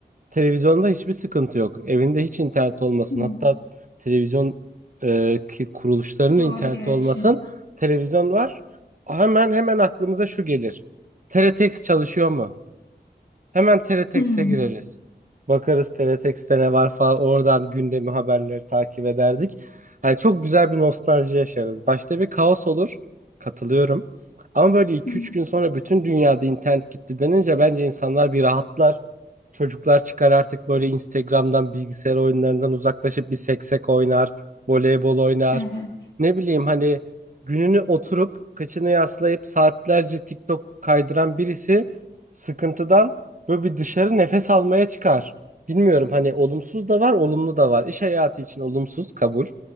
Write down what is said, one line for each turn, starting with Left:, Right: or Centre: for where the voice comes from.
Right: Televizyonda hiçbir sıkıntı yok. Evinde hiç internet olmasın.
Left: Hmm.
Right: Hatta televizyon e, ki- kuruluşlarının
Left: Doğru
Right: interneti
Left: gerçi.
Right: olmasın. Televizyon var. Hemen hemen aklımıza şu gelir. teletext çalışıyor mu? Hemen TRTX'e
Left: Hmm.
Right: gireriz. Bakarız TRTX'te ne var falan. Oradan gündemi haberleri takip ederdik. Hani çok güzel bir nostalji yaşarız. Başta bir kaos olur. Katılıyorum. Ama böyle iki
Left: Hmm.
Right: üç gün sonra bütün dünyada internet gitti denince bence insanlar bir rahatlar. Çocuklar çıkar artık böyle Instagram'dan bilgisayar oyunlarından uzaklaşıp bir seksek oynar, voleybol oynar.
Left: Evet.
Right: Ne bileyim hani gününü oturup kıçını yaslayıp saatlerce TikTok kaydıran birisi sıkıntıdan Böyle bir dışarı nefes almaya çıkar. Bilmiyorum hani olumsuz da var, olumlu da var. İş hayatı için olumsuz kabul.